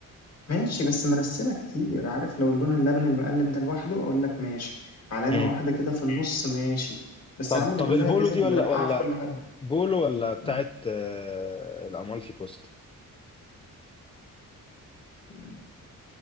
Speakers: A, on the left (about 50°); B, on the left (about 20°).
A: ماشي بس مرسمة كتير عارف لو اللون اللبن المقلم ده لوحده أقول لك ماشي علامة
B: مم.
A: واحدة كده في النص ماشي بس
B: طب
A: يا عم دي
B: طب
A: كلها
B: البولو
A: جزم
B: دي ولا
A: مرقعة
B: ولا
A: في كل حاجة
B: بولو ولا بتاعت
A: م-
B: آه، الامالفي كوست
A: م-